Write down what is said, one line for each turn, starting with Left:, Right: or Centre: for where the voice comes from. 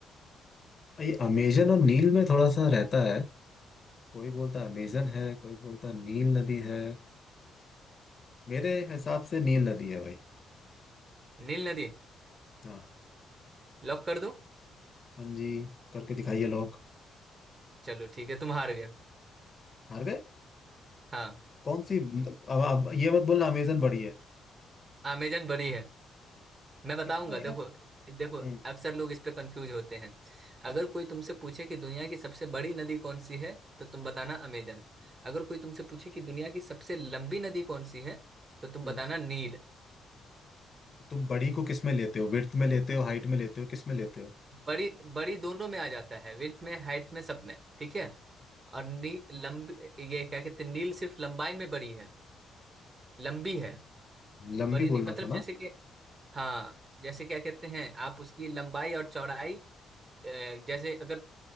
Left: ये अमेजन और नील में थोड़ा सा रहता है कोई बोलता अमेजन है कोई बोलता नील नदी है मेरे हिसाब से नील नदी है भाई
Right: नील नदी
Left: हाँ
Right: लॉक कर दो
Left: हाँ जी करके दिखाइए लोग
Right: चलो ठीक है तुम हार गए
Left: हार गए
Right: हाँ
Left: कौन सी अब अब ये मत बोलना अमेजन बड़ी है
Right: अमेजन बड़ी है मैं बताऊंगा
Left: कितना
Right: देखो
Left: यार
Right: देखो
Left: हम्म
Right: अक्सर लोग इस पे कंफ्यूज होते हैं अगर
Left: हम्म
Right: कोई तुमसे पूछे कि दुनिया की सबसे बड़ी नदी कौन सी है तो तुम बताना अमेजन अगर कोई तुमसे पूछे कि दुनिया की सबसे लंबी नदी कौन सी है तो तुम
Left: हम्म।
Right: बताना नील
Left: तुम बड़ी को किस में लेते हो विड्थ में लेते हो हाइट में लेते हो किस में लेते हो
Right: बड़ी बड़ी दोनों में आ जाता है विड्थ में हाइट में सब में ठीक है और
Left: अच्छा,
Right: नी लंबी ये क्या कहते हैं नील सिर्फ लंबाई में बड़ी है लंबी है
Left: लंबी
Right: बड़ी नहीं
Left: बोलना
Right: मतलब
Left: था
Right: जैसे
Left: ना
Right: कि हाँ जैसे क्या कहते हैं आप उसकी लंबाई और चौड़ाई अ, जैसे अगर